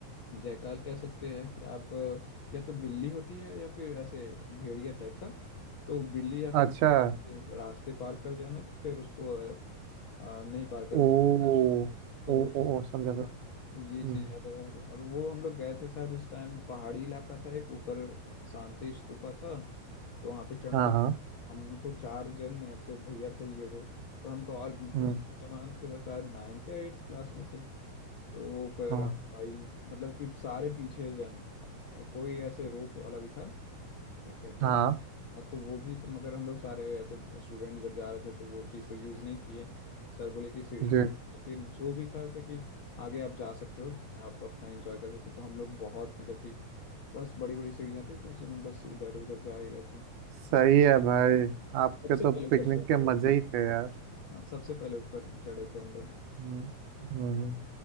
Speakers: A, on the left; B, on the right.
A: जायकाल कह सकते हैं कि आप या तो बिल्ली होती है या फिर ऐसे भेड़िया टाइप का तो बिल्ली या फिर
B: अच्छा,
A: भेड़िया रास्ते पार कर जाए ना तो फिर उसको अ, अ, नहीं पार करना
B: ओह!
A: चाहिए तो
B: ओ
A: वो
B: ओ ओ समझा समझा,
A: तो ये
B: हुँ,
A: चीज याद है यार और वो हम लोग गए थे शायद उस टाइम पहाड़ी इलाका था एक ऊपर शांति स्तूपा था तो वहां पे चढ़ना
B: हाँ,
A: तो
B: हाँ,
A: हम तो चार जन ऐसे भैया थे ये वो तो हम तो और
B: हुँ,
A: उस जमान थे बस शायद नाइन्थ या एट्थ क्लास में थे तो फिर
B: हाँ,
A: हम भाई मतलब कि सारे पीछे जन कोई ऐसे रोप वाला भी था क्या कहते
B: हाँ,
A: हैं हाँ तो वो भी तो मगर हम लोग सारे ऐसे स्टूडेंट जब जा रहे थे तो वो चीज़ तो यूज़ नहीं किए सर बोले कि सीढ़ी
B: जी,
A: से तो फिर जो भी था ऐसे कि आगे आप जा सकते हो आप अपना एंजॉय कर सकते हो तो हम लोग बहुत मतलब कि बस बड़ी बड़ी सीढ़ियाँ थी तो उसी में बस इधर उधर जा ही रहे थे
B: सही है भाई, आपके
A: सबसे
B: तो
A: पहले ऊपर
B: पिकनिक
A: चढ़े थे
B: के
A: हम लोग
B: मज़े ही थे यार।
A: हाँ सबसे पहले ऊपर चढ़े थे हम लोग
B: हुँ, हुँ, हुँ,